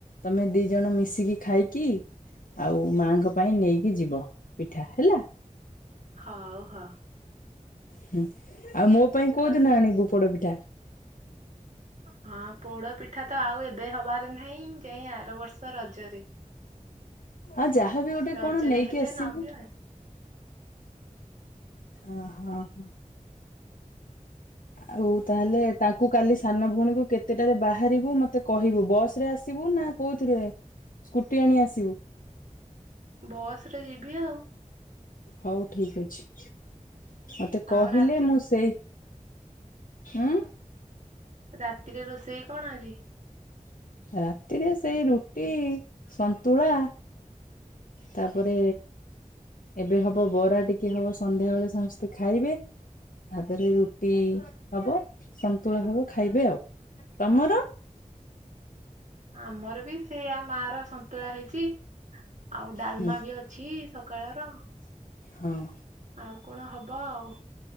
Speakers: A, on the left (about 85°); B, on the right (about 65°).
A: ତମେ ଦି ଜଣ ମିଶିକି ଖାଇକି ଆଉ ମାଙ୍କ ପାଇଁ ନେଇକି ଯିବ ପିଠା ହେଲା।
B: ହଉ ହଉ
A: ହୁଁ। ଆଉ ମୋ ପାଇଁ କୋଉ
B: ଆ
A: ଦିନ ଆଣିବୁପୋଡପି ଟା
B: ହଁ ପୋଡ ପିଠା ତ ଆଉ ଏବେ ହବାର ନାଇଁ ଯାଇଁ ଆର ବର୍ଷ ର ରଜରେ
A: ଆଉ ଯାହାଵି ଗୋଟେ
B: ରଜରେ
A: କଣ ନେଇକି
B: ହେଲେ
A: ଆସିବୁ
B: ନବି ଆଉ
A: ଓହଁ ହ ଆଉ ତାହେଲେ ତାଙ୍କୁ କାଲି ସାନ ଭଉଣୀକୁ କେତେଟାରେ ବାହାରିବୁ ମତେ କହିବୁ ବସ ରେ ଆସିବୁ ନା କୋଉଥିରେ ସ୍କୁଟି ଆଣି ଆସିବୁ?
B: ବସ ରେ ଯିବି ଆଉ।
A: ହଉ ଠିକ ଅଛି। ମତେ କହିଲେ
B: ଆଉ ରାତି
A: ମୁଁ ସେଇ ଉ
B: ରାତିରେ ରୋଷେଇ କଣ ଆଜି?
A: ରାତିରେ ସେଇ ରୁଟି ସନ୍ତୁଳା ତାପରେ ଏବେ ହବ ବରା ଟିକେ ହବ ସନ୍ଧ୍ୟା ବେଳେ ସମସ୍ତେ ଖାଇବେ ତାପରେ ରୁଟି ହବ ସନ୍ତୁଳା ହବ ଖାଇବେ ଆଉ ତମର?
B: ଆମର ବି ସେଇୟା ମା ର ସନ୍ତୁଳା ହେଇଛି ଆଉ ଡାଲମା
A: ହୁଁ
B: ବି ଅଛି ସକାଳର
A: ହଁ।
B: ଆଉ କଣ ହବ ଆଉ